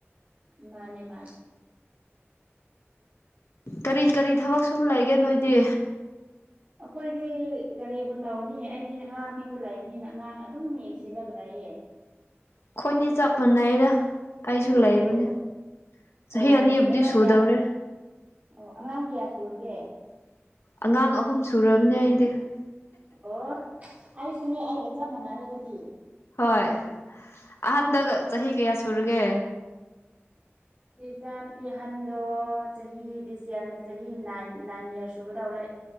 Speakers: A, on the right; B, on the left.
A: ꯃꯥꯅꯦ ꯃꯥꯅꯦ
B: ꯀꯔꯤ ꯀꯔꯤ ꯊꯕꯛ ꯁꯨꯔꯥ ꯂꯩꯒꯦ ꯅꯣꯏꯗꯤ
A: ꯑꯩꯈꯣꯏꯗꯤ ꯀꯔꯤꯕꯨ ꯇꯧꯅꯤ ꯑꯩꯗꯤ ꯑꯉꯥꯡ ꯑꯄꯤꯛꯄ ꯂꯩꯃꯤꯅ ꯑꯉꯥꯡ ꯑꯗꯨꯝ ꯌꯦꯡ ꯁꯤꯜꯂꯒ ꯂꯩꯌꯦ
B: ꯑꯩꯈꯣꯏꯅꯤ ꯆꯞ ꯃꯥꯟꯅꯩꯗ ꯑꯩꯁꯨ ꯂꯩꯕꯅꯦ
A: ꯑꯣ ꯑꯣ
B: ꯆꯍꯤ
A: ꯑꯣ
B: ꯑꯅꯤꯕꯨꯗꯤ
A: ꯑꯉꯥꯡ
B: ꯁꯨꯗꯧꯔꯦ
A: ꯀꯌꯥ ꯑꯣ ꯑꯉꯥꯡ ꯀꯌꯥ ꯁꯨꯔꯒꯦ
B: ꯑꯉꯥꯡ ꯑꯍꯨꯝ ꯁꯨꯔꯕꯅꯦ ꯑꯩꯗꯤ
A: ꯑꯣ ꯑꯩꯁꯨꯅꯦ ꯑꯩꯒ ꯆꯞ ꯃꯥꯟꯅꯔꯦ ꯑꯗꯨꯗꯤ
B: ꯍꯣꯏ ꯑꯍꯟꯗꯣ ꯆꯍꯤ ꯀꯌꯥ ꯁꯨꯔꯒꯦ
A: ꯏ ꯏꯆꯥ ꯅꯨꯨꯄꯤ ꯑꯍꯟꯗꯣ ꯆꯍꯤ ꯗꯤꯁ ꯌꯌꯥꯔꯅ ꯆꯍꯤ ꯅꯥꯏꯟ ꯅꯥꯏꯟ ꯏꯌꯥꯔ ꯁꯨꯕꯗꯧꯔꯦ